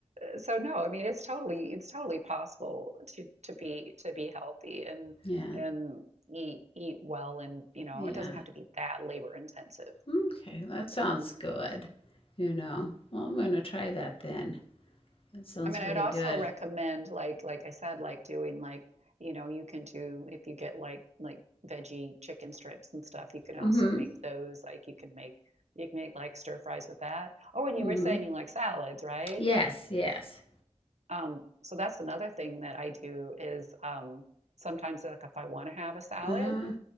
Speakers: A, on the right; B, on the left.
A: So no, I mean it's totally it's totally possible to to be to be healthy and
B: Yeah.
A: and eat eat well and you know
B: Yeah.
A: it doesn't have to be that labor intensive.
B: Okay. That sounds good, you know. Well, I'm going to try that then. That sounds
A: I mean
B: really
A: I'd also
B: good.
A: recommend like like I said like doing like you know you can do if you get like like veggie chicken strips and stuff you can also
B: Mm-hmm.
A: make those like you can make you can make like stir fries with that. Oh, and
B: Mm-hmm.
A: you were saying you like salads, right?
B: Yes, yes.
A: Um, so that's another thing that I do is um, sometimes like if I want to have a salad,
B: Uh-huh.